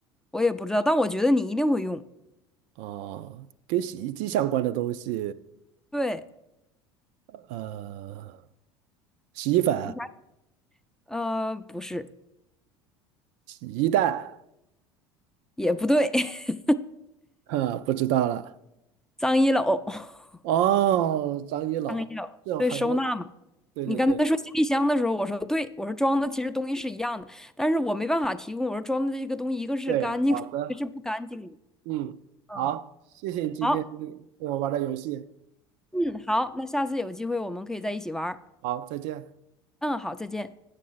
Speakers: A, in the centre; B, on the right.
A: 我也不知道，但我觉得你一定会用。
B: 哦，跟洗衣机相关的东西，
A: 对，
B: 呃，洗衣粉、
A: 你想，呃，不是，
B: 洗衣袋，
A: 也不对，<laughs>
B: 哈，不知道了。
A: 脏衣篓，<laughs>
B: 哦，张一老，
A: 脏衣篓，
B: 这有很多，
A: 对，收纳嘛。
B: 对对对
A: 你刚才说行李箱的时候，我说对，我说装的其实东西是一样的，但是我没办法提供，我说装的这个东西一个是干净的
B: 对，好的，
A: <laughs> 一个是不干净的。
B: 嗯，
A: 嗯，
B: 好，谢谢你今天
A: 好，
B: 跟我玩的游戏，
A: 嗯，好，那下次有机会我们可以在一起玩儿。
B: 好，再见。
A: 嗯，好，再见。